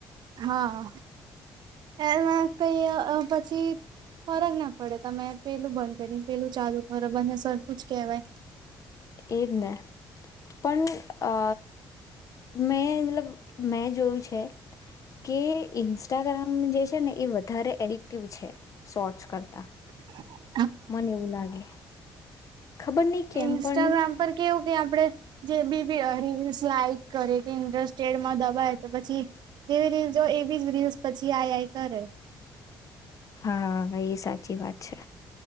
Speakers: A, on the right; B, on the left.
A: હા એમાં કઈ પછી ફરક ના પડે તમે પેલું બંધ કરીને પેલું ચાલુ ખરબ અને સરખું જ કેહેવાય.
B: એજ ને પણ અ મેં મતલબ મેં જોયું છે કે ઇન્સ્ટાગ્રામ જે છે ને એ વધારે એડિક્ટિવ છે શોર્ટ્સ કરતા.
A: <inaudible>
B: મને એવું લાગે. ખબર નહ કેમ
A: ઇન્સ્ટાગ્રામ
B: પણ
A: પર કેવું કે આપડે. જે બી બી રસ લઇક કરે કે ઇન્ટરેસ્ટ ચેડમાં દબાય તો પછી. જેવી રીલ જો એવી જ રીલ્સ પછી આઈઆઈ કરે.
B: હા એ સાચી વાત છે.